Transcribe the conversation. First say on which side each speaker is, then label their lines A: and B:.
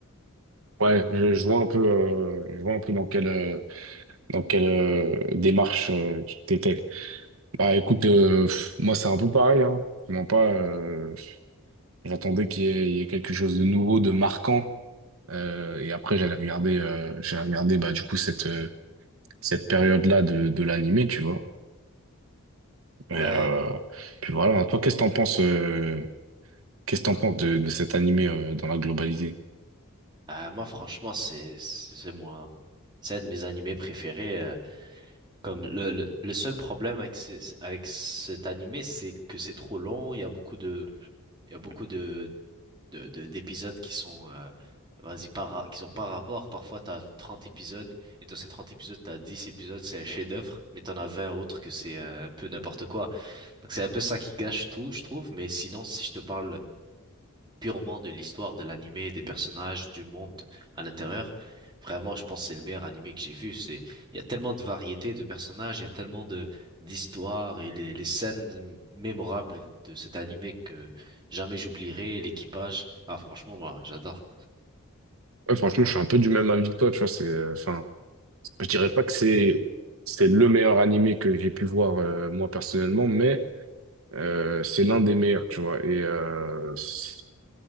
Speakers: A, on the right; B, on the right.
A: Ouais, je, je vois un peu, euh, je vois un peu dans quelle, euh, dans quelle euh, démarche euh, tu t'étais. Bah écoute, euh, pff, moi c'est un peu pareil, hein. Vraiment pas, euh, j'attendais qu'il y ait, il y ait quelque chose de nouveau, de marquant. Euh, et après j'allais regarder, euh, j'allais regarder bah du coup cette euh, cette période-là de, de l'animé, tu vois. Et,
B: Ouais,
A: euh, puis voilà, toi, qu'est-ce que t'en penses, euh, qu'est-ce que t'en penses de, de cet animé, euh, dans la globalité?
B: euh, moi franchement c'est c'est c'est moi c'est un de mes animés préférés. euh, Comme le, le, le seul problème avec, ce- avec cet animé, c'est que c'est trop long. Il y a beaucoup de, il y a beaucoup de, de, de- d'épisodes qui sont, euh, vas-y, pas, ra- qui ont pas rapport. Parfois, t'as 30 épisodes, et dans ces 30 épisodes, t'as 10 épisodes, c'est un chef-d'œuvre, mais t'en as 20 autres que c'est euh, un peu n'importe quoi. Donc, c'est un peu ça qui gâche tout, je trouve. Mais sinon, si je te parle purement de l'histoire de l'animé, des personnages, du monde à l'intérieur. Vraiment, je pense que c'est le meilleur animé que j'ai vu. C'est, il y a tellement de variétés de personnages, il y a tellement de d'histoires et les, les scènes mémorables de cet animé que jamais j'oublierai. L'équipage, ah franchement, moi, j'adore.
A: Ouais, franchement, je suis un peu du même avis que toi, tu vois, c'est, euh, enfin, je dirais pas que c'est, c'est le meilleur animé que j'ai pu voir, euh, moi, personnellement, mais Euh, c'est l'un des meilleurs, tu vois. Et euh, c'est-